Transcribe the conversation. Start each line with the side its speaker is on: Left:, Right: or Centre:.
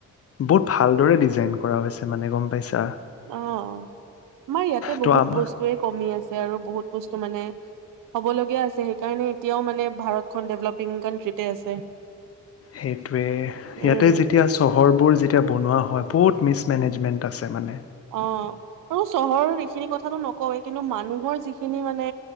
Left: বহুত ভালদৰে ডিজাইন কৰা হৈছে মানে গম পাইছা?
Right: অ', আমাৰ ইয়াতে
Left: ত'
Right: বহুত
Left: আমাৰ
Right: বস্তুয়েই কমি আছে আৰু বহুত বস্তু মানে! হ'বলগীয়া আছে সেইকাৰণে এতিয়াও মানে ভাৰতখন ডেভেলপিং কাণ্ট্ৰিতে আছে।
Left: সেইটোৱে, ইয়াতে
Right: উম,
Left: যেতিয়া চহৰবোৰ যেতিয়া বনোৱা হয়। বহুত মিছমেনেজমেণ্ট আছে মানে।
Right: অ' আৰু চহৰৰ এইখিনি কথাটো নকওৱেই, কিন্তু মানুহৰ যিখিনি মানে